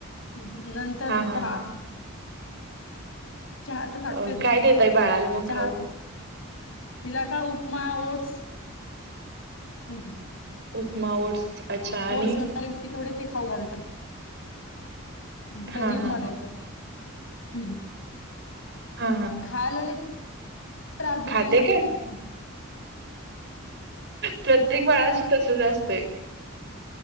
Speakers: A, on the left (about 70°); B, on the right (about 55°).
A: हम्,,, नंतर
B: हा
A: चहा.
B: हा हा
A: चहा तर लागतोय,,
B: अ, काय देताय बाळाला मग
A: चहा,,
B: खाऊ
A: तिला काय उपमा, ओट्स, हम्, ह,
B: उपमा, ओट्स, अच्छा आणि
A: ओट्स बनवले मी, थोडे ते खाऊ घालत आहे. हम्,, कधी
B: हा
A: उपमा
B: हा
A: नाही,
B: हा
A: नाही तर हम््ऽ
B: हा,, हा,
A: खायला लय त्रास देते
B: खाते
A: होऽ
B: काय प्रत्येक बाळाच तसच असतंय.